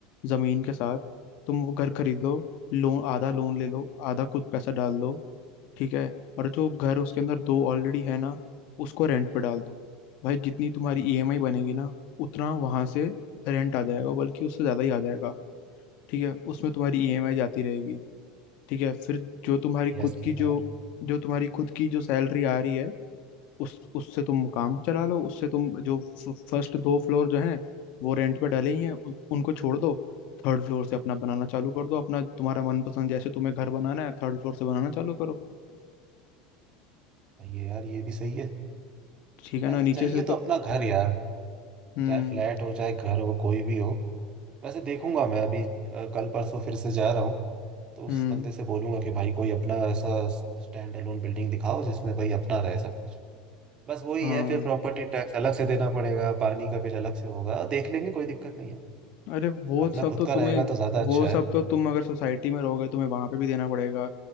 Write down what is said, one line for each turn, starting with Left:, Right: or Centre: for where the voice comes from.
Left: जमीन के साथ तुम वो घर खरीद लो लोन आधा लोन ले लो आधा खुद पैसा डाल दो ठीक है और जो घर उसके अंदर दो ऑलरेडी है ना उसको रेंट पे डाल दो भाई जितनी तुम्हारी ईएमआई बनेगी ना उतना वहां से रेंट आ जाएगा बल्कि उससे ज्यादा ही आ जाएगा ठीक है उसमें तुम्हारी ईएमआई जाती रहेगी ठीक है फिर जो तुम्हारी
Right: बढ़िया
Left: खुद
Right: स्कीम
Left: की जो
Right: है यार
Left: जो तुम्हारी खुद की जो सैलरी आ रही है उस उससे तुम काम चला लो उससे तुम जो फर्स्ट दो फ्लोर जो हैं वो रेंट पे डले ही हैं उन, उनको छोड़ दो थर्ड फ्लोर से अपना बनाना चालू कर दो अपना तुम्हारा मनपसंद जैसे तुम्हें घर बनाना है थर्ड फ्लोर से बनाना चालू करो
Right: सही है यार ये भी सही है
Left: ठीक है
Right: वैसे
Left: ना नीचे
Right: चाहिए
Left: से
Right: तो
Left: तो
Right: अपना घर यार
Left: हम्म
Right: चाहे फ्लैट हो चाहे घर हो कोई भी हो वैसे देखूंगा मैं अभी अ, कल परसों फिर से जा रहा हूँ तो उस
Left: हम्म
Right: बंदे से बोलूंगा कि भाई कोई अपना ऐसा स्टैंड अलोन बिल्डिंग दिखाओ जिसमें भाई अपना रहे सब कुछ बस वही
Left: हाँ
Right: है फिर प्रॉपर्टी टैक्स अलग से देना पड़ेगा पानी का बिल अलग से होगा देख लेंगे कोई दिक्कत नहीं है
Left: अरे वो
Right: अपना
Left: सब
Right: खुद
Left: तो
Right: का
Left: तुम्हें
Right: रहेगा तो ज्यादा
Left: वो
Right: अच्छा
Left: सब
Right: है
Left: तो तुम अगर सोसाइटी में रहोगे तुम्हें वहां पे भी देना पड़ेगा